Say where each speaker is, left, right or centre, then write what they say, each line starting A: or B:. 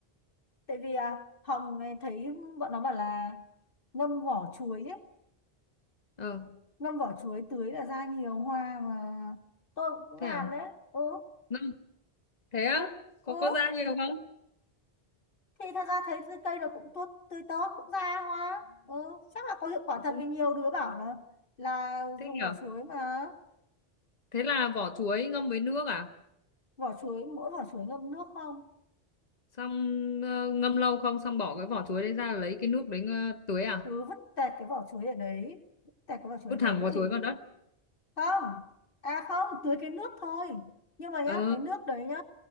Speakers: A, on the left; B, on the left.
A: tại vì à, Hồng ấy thấy bọn nó bảo là ngâm vỏ chuối ấy
B: Ờ.
A: ngâm vỏ chuối tưới là ra nhiều hoa mà tôi cũng
B: thế
A: làm
B: à
A: đấy ừ
B: ngâm thế á có
A: ừ
B: có ra nhiều không
A: thì thật ra thấy cái cây nó cũng tốt tươi tốt cũng ra hoa ừ chắc là có hiệu quả
B: Ừ,
A: thật vì nhiều đứa bảo là là
B: thế
A: dùng
B: nhỉ
A: vỏ chuối mà
B: thế là vỏ chuối ngâm với nước à
A: vỏ chuối mỗi vỏ chuối ngâm nước không
B: xong ờ, ngâm lâu không xong bỏ cái vỏ chuối đấy ra lấy cái nước đấy ờ, tưới à
A: cứ vứt tẹt cái vỏ chuối ở đấy vứt tẹt cái vỏ chuối
B: vứt
A: đấy
B: thẳng vỏ
A: thì
B: chuối vào đất
A: không à không tưới cái nước thôi nhưng mà nhá
B: ờ
A: cái nước đấy nhá